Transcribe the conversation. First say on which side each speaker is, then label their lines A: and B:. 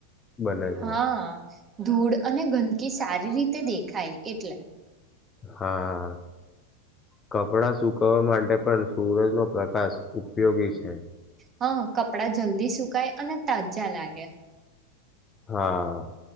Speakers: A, on the left (about 20°); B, on the right (about 25°).
A: બને છે
B: હા. ધૂળ અને ગંદકી સારી રીતે દેખાય એટલે
A: હા કપડા સુકવવા માટે પણ સૂરજ નો પ્રકાશ ઉપયોગી છે.
B: હ કપડા જલ્દી સુકાય અને તાજા લાગે
A: હા